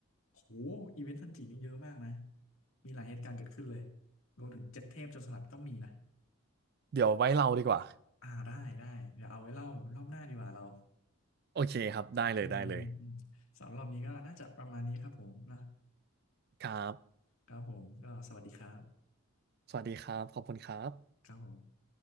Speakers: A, on the left; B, on the right.
A: โหอีเวนต์ซันจินี่เยอะมากนะมีหลายเหตุการณ์เกิดขึ้นเลยรวมถึงเจ็ดเทพโจรสลัดก็มีนะ
B: เดี๋ยวไว้เราดีกว่า
A: อ่าได้ได้เดี๋ยวเอาไว้เล่ารอบหน้าดีกว่าเรา
B: โอเคครับได้เลยได้เลย
A: อืมอืมอืมสำหรับรอบนี้ก็น่าจะประมาณนี้ครับผมนะ
B: ครับ
A: ครับผมก็สวัสดีครับ
B: สวัสดีครับขอบคุณครับ
A: ครับผม